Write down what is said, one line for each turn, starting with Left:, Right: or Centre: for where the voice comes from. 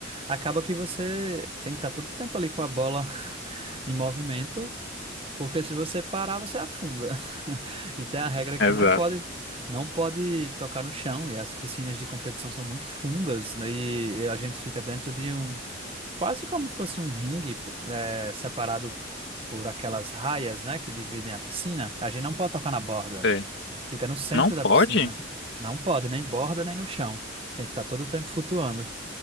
Right: acaba que você tem que estar todo o tempo ali com a bola <laughs> em movimento, porque se você parar, você afunda. <laughs> E tem a regra que
Left: Exato.
Right: não pode não pode tocar no chão, e as piscinas de competição são muito fundas, né, e a gente fica dentro de um quase como fosse um ringue é, separado por aquelas raias, né, que dividem a piscina. A gente não pode tocar na borda,
Left: Sei.
Right: fica no centro
Left: Não pode?
Right: da piscina. Não pode, nem borda, nem no chão. Tem que ficar todo o tempo flutuando.